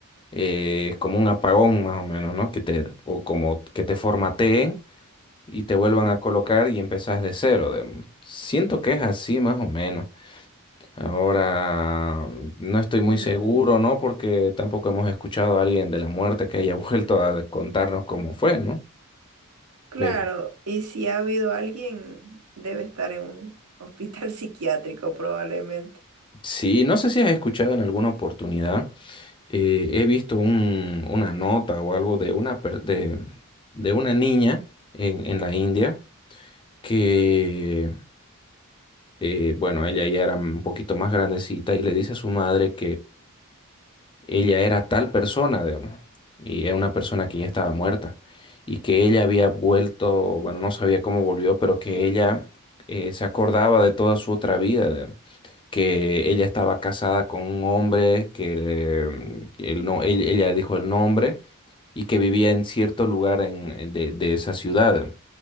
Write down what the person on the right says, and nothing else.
Mm,
claro,
y si ha habido alguien, debe estar en un hospital <laughs> psiquiátrico probablemente.